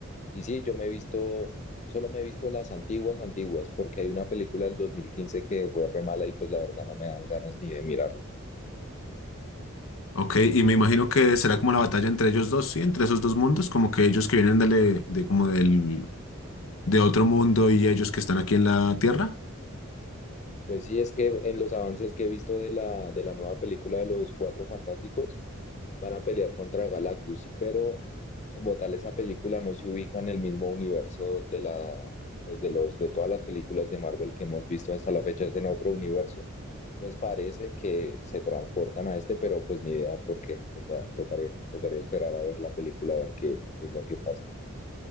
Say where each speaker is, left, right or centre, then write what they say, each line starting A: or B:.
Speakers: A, on the left (about 35°); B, on the left (about 70°).
A: Y sí, yo me he visto, solo me he visto las antiguas, antiguas, porque hay una película del 2015 que fue re mala y pues la verdad no me dan ganas ni de mirarla.
B: Ok, y me imagino que será como la batalla entre ellos dos, ¿sí? Entre esos dos mundos, como que ellos que vienen de, de como del, de otro mundo y ellos que están aquí en la Tierra.
A: Pues sí, es que en los avances que he visto de la, de la nueva película de los Cuatro Fantásticos, van a pelear contra Galactus, pero como tal esa película no se ubica en el mismo universo de la, pues de los, de todas las películas de Marvel que hemos visto hasta la fecha, es en otro universo. Entonces parece que se transportan a este, pero pues ni idea por qué. Toca, tocaré, tocaré esperar a ver la película, a ver qué, qué es lo que pasa.